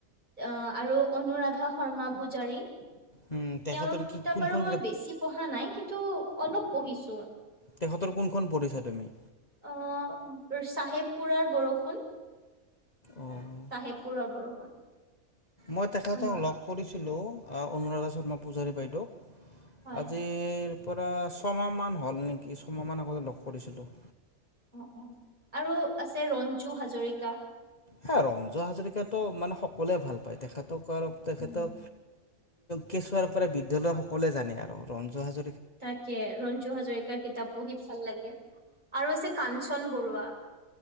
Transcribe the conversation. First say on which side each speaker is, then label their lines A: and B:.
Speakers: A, on the right; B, on the left.
A: আহ আৰু অনুৰাধা শৰ্মা পূজাৰী। তেওঁৰ
B: উম তেখেতৰ কি
A: কিতাপ
B: কোনখন
A: বাৰু মই বেছি পঢ়া নাই, কিন্তু অলপ পঢ়িছো।
B: তেখঁতৰ কোনখন পঢ়ছা তুমি।
A: অ' চাহেবপুৰাৰ বৰষুণ
B: অঁ
A: চাহেবপুৰৰ বৰষুণ।
B: মই তেখেতক
A: অনু
B: লগ কৰিছিলো, আ অনুৰাধা শৰ্মা পূজাৰী বাইদেউ।
A: হয়
B: আজি ৰপ পৰা ছমাহ মান হ'ল নেকি, ছমাহ মান আগতে লগ কৰিছিলো।
A: অ, অ, আৰু আছে ৰঞ্জু হাজৰিকা।
B: হে ৰঞ্জু হাজৰিকাতো মানে সকলোৱে ভাল পায়, তেখেতক আৰু তেখেতক
A: উম
B: কেঁচুৱাৰ পৰা বিদ্যালয় সকলোৱে জানে আৰু ৰঞ্জু হাজ
A: তাকে ৰঞ্জু হাজৰিকাৰ কিতাপ পঢ়ি ভাল লাগে। আৰু আছে কাঞ্চন বৰুৱা।